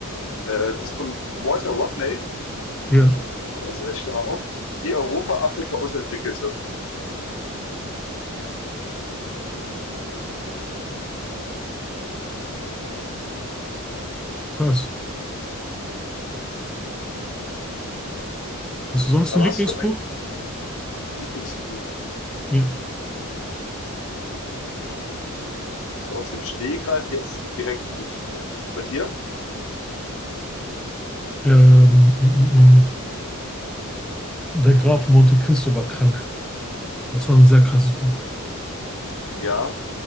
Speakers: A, on the left; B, in the centre.
A: Äh, das ist von Walter Rodney
B: Ja,
A: und das ist mal auf, wie Europa Afrika unterentwickelte.
B: krass. Hast du sonst
A: Aber
B: ein Lieblingsbuch?
A: hast du ein Lieblingsbuch?
B: Ja.
A: Hm, So aus dem Stehgreif jetzt direkt nicht mehr. Und bei dir?
B: Ähm, mm, mm, mm. Der Graf von Monte Cristo war krank. Das war ein sehr krasses Buch.
A: Ja,